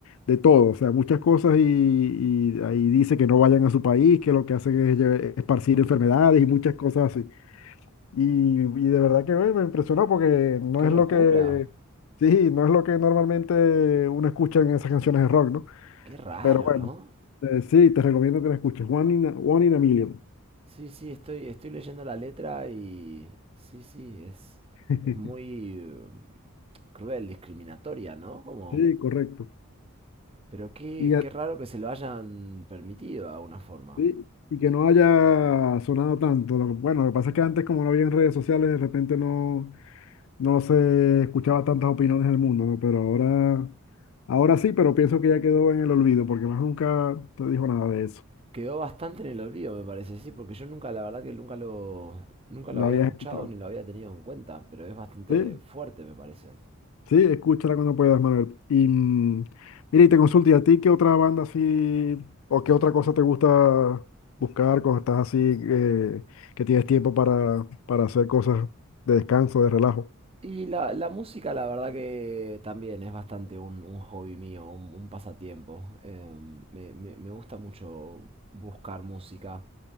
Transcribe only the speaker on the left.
de todo, o sea, muchas cosas y, y ahí dice que no vayan a su país, que lo que hacen es lle- esparcir enfermedades y muchas cosas así. Y, y de verdad que bueno, me impresionó porque no
es
lo que, sí, no es lo que normalmente uno escucha en esas canciones de rock, ¿no?
Pero bueno,
eh, sí, te recomiendo que la escuches. One in a, One in a Million.
<laughs>
Sí, correcto.
Y, a-
sí, y que no haya sonado tanto. Lo que- Bueno, lo que pasa es que antes, como no había en redes sociales, de repente no, no se escuchaba tantas opiniones del mundo, ¿no? Pero ahora, ahora sí, pero pienso que ya quedó en el olvido porque más nunca te dijo nada de eso.
Lo
habías
escuchado.
¿Sí?
Sí, escúchala cuando puedas, Manuel. Y mm, mira, y te consulto, ¿y a ti qué otra banda así, o qué otra cosa te gusta buscar cuando estás así, eh, que tienes tiempo para, para hacer cosas de descanso, de relajo?